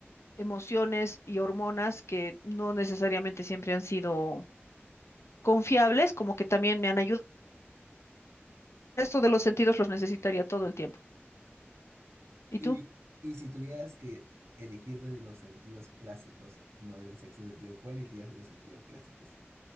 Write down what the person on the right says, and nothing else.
Y,
y si tuvieras que elegir de los sentidos clásicos, no del sexo sentido, ¿cuál elegirías de los sentidos clásicos?